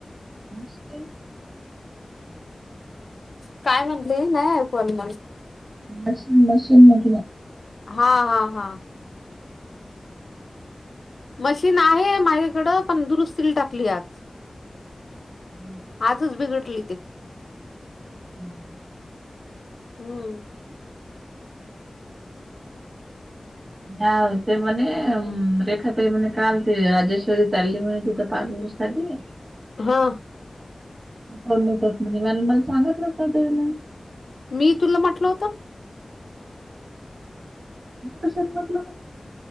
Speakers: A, on the right (about 60°); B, on the left (about 65°).
A: मुशक
B: काय म्हणले नाही ऐकवाल मण
A: मशीन मशीन मतलं
B: हा हा हा मशीन आहे माझ्याकडं पण दुरुस्तीला टाकली आज
A: हम्म
B: आजच बिघडली ते
A: हम्म
B: हम्म
A: या ते मम रेखा म्हणे काल ते राजेश्वरी चालली म्हणे तिथं पार्लर साठी
B: हा
A: कोडस म्हण मला सांगतलंच नाही त्याला
B: मी तुला म्हटलं होतं
A: कशाला मगलं म्ह